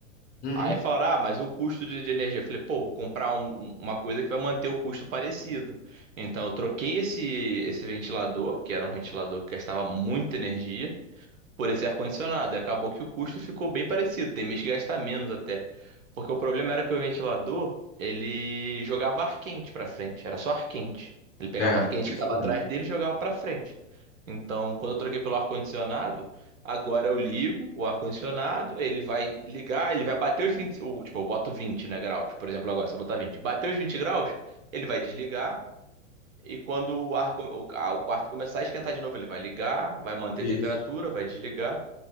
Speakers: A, on the left; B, on the right.
A: uhum.
B: Aí falaram, ah, mas o custo de, de energia. Eu falei, pô, vou comprar um- um- uma coisa que vai manter o custo parecido. Então eu troquei esse, esse ventilador, que era um ventilador que gastava muita energia por esse ar-condicionado. E acabou que o custo ficou bem parecido. Tem mês que gasta menos até. Porque o problema era que o ventilador, ele jogava ar quente pra frente. Era só ar quente. Ele pegava
A: É,
B: o ar quente
A: isso
B: que estava
A: mesmo.
B: atrás dele e jogava pra frente. Então, quando eu troquei pelo ar-condicionado, agora eu ligo o ar-condicionado, ele vai ligar, ele vai bater os vinte o- tipo, eu boto 20, né, graus, por exemplo, agora, se eu botar 20 bater os 20 graus, ele vai desligar, e quando o ar, come- o, ah, o quarto começar a esquentar de novo, ele vai ligar, vai manter
A: Isso.
B: a temperatura, vai desligar,